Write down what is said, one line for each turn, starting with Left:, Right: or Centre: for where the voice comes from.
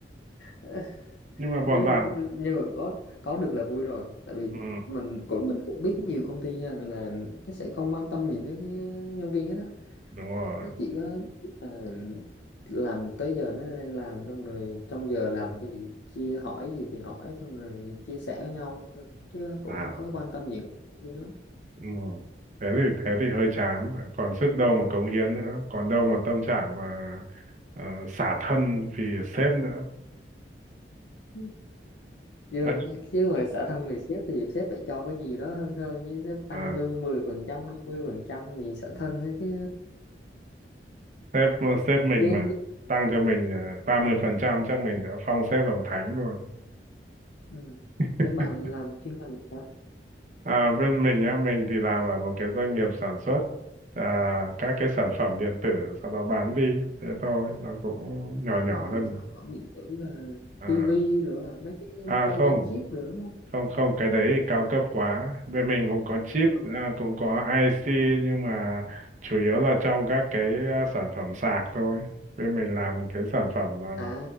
Left: <laughs>
Right: nhưng mà bọn
Left: nhưng
Right: bạn
Left: nhưng mà có có được là vui rồi tại vì
Right: ừ,
Left: mình cũng mình cũng biết nhiều công ty nha là nó sẽ không quan tâm gì tới ờ, nhân viên hết á
Right: đúng rồi
Left: nó chỉ có ờ, làm tới giờ nó lên làm xong rồi trong giờ làm thì chia hỏi gì thì hỏi xong rồi chia sẻ với nhau thôi. chứ cũng
Right: à
Left: không có quan tâm nhiều tới nhân viên lắm
Right: ừ. thế thì thế thì hơi chán còn sức đâu mà cống hiến nữa còn đâu mà tâm trạng mà ờ, xả thân vì sếp nữa
Left: Ừ. chứ,
Right: ấy
Left: chứ hồi xã thân vì sếp thì sếp phải cho cái gì đó hơn hơn chứ nó
Right: ờ,
Left: tăng lương mười phần trăm hai mươi phần trăm thì xã
Right: ừ.
Left: thân á chứ
Right: sếp sếp mình
Left: nên
Right: mà tăng cho mình ba mươi phần trăm chắc mình sẽ phong sếp làm thánh luôn
Left: ừ.
Right: <laughs>
Left: mấy bạn làm chuyên ngành hả
Right: à, bên mình á mình thì làm ở một cái doanh nghiệp sản xuất à, các cái sản phẩm
Left: ừ.
Right: điện tử sau đó bán đi thế thôi nó cũng nhỏ nhỏ
Left: ờ,
Right: thôi mà
Left: sản phẩm điện tử là
Right: à,
Left: tivi rồi à, mấy cái
Right: à
Left: moment
Right: không
Left: chip rồi đúng không
Right: không không cái đấy thì cao cấp quá bên mình cũng có chip
Left: ờ.
Right: à, cũng có IC nhưng mà chủ yếu là trong các cái à, sản phẩm sạc thôi bên mình làm cái sản phẩm à,
Left: à